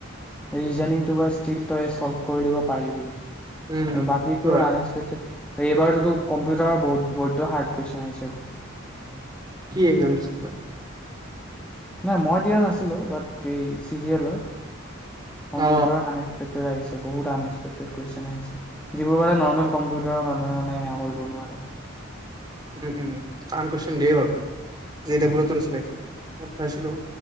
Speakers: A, in the centre; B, on the right.
A: ৰিজনিংটো বা ষ্টিল, তই চল্ভ কৰি দিব পাৰিবি। আৰু
B: উম
A: বাকীটোৰ
B: সেইটো হয়।
A: আনএক্সপেক্টেড এইবাৰটোতো কম্পিউটাৰৰ বৈদ্য হাৰ্ড কুৱেচন আহিছে বোলে।
B: কি একজাম দিছিলি তই?
A: নাই, মই দিয়া নাছিলোঁ। বাট, এই চিজিএলৰ কম্পিউটাৰৰ
B: অ
A: আনএক্সপেক্টেড আহিছে। বহুত আনএক্সপেক্টেড কুৱেচন আহিছে। যিবোৰ মানে নৰ্মেল কম্পিউটাৰৰ মানুহে মানে সেইয়া কৰিব নোৱাৰে।
B: উম উম উম টান কুৱেচন দিয়ে বাৰু। জে
A: উম,
B: ডাবল এটো দিছিলি একজাম? অ', চাইছিলোঁ